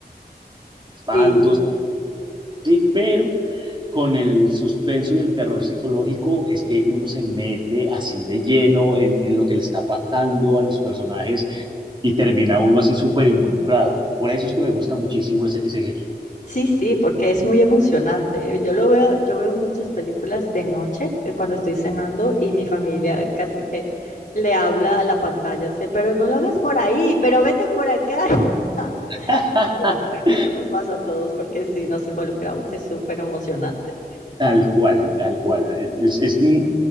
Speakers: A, on the right; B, on the left.
A: espantos,
B: Sí.
A: sí, pero con el suspenso y el terror psicológico es que uno se mete así de lleno en, en lo que le está pasando a los personajes y termina uno así súper involucrado. Por eso es que me gusta muchísimo ese, ese género.
B: Sí, sí, porque es muy emocionante. ¿eh? Yo lo veo, yo veo muchas películas de noche eh, cuando estoy cenando y mi familia casi que le habla a la pantalla, dice, pero no lo hagas por ahí, pero vete por acá. <laughs>
A: <laughs>
B: Y yo creo que eso nos pasa a todos porque si nos involucramos y es súper emocionante.
A: tal cual, tal cual. Es, es in,